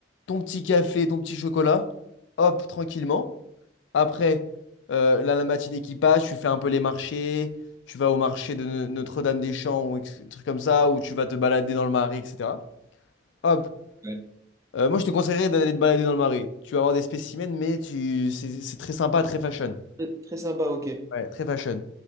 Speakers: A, on the left; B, on the right.
A: ton petit café, ton petit chocolat. Hop, tranquillement. Après, euh, là, la matinée qui passe, tu fais un peu les marchés. Tu vas au marché de No- Notre-Dame-des-Champs ou ex- trucs comme ça, où tu vas te balader dans le marais, etc. Hop.
B: ouais.
A: Euh, moi, je te conseillerais d'aller te balader dans le marais. Tu vas avoir des spécimens, mais tu... c'est c'est très sympa, très fashion.
B: Très, très sympa, ok.
A: Ouais, très fashion.